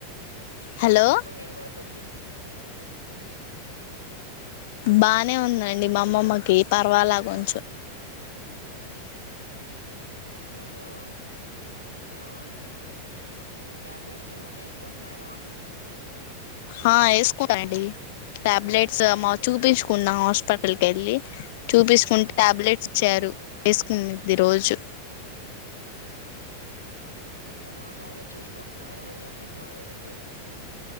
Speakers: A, on the left (about 50°); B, on the left (about 90°).
A: హలో
B: ఆ చెప్పండి ఇనబడుతుంది
A: బానే ఉందండి మా అమ్మమ్మకి పర్వాల కొంచెం
B: ఓహో ఆ ట్యాబ్లెట్స్ ఏమైనా వేసుకుంటున్నారా
A: ఆ వేసుకున్నారండి టాబ్లెట్స్ చూపించుకున్నాం హాస్పిటల్కి వెళ్ళి చూపిసుకుంటే టాబ్లెట్స్ ఇచ్చారు వేసుకునీది రోజు
B: అవునా బాగా చూసుకుంటున్నారా మీ అమ్మమళ్ళకి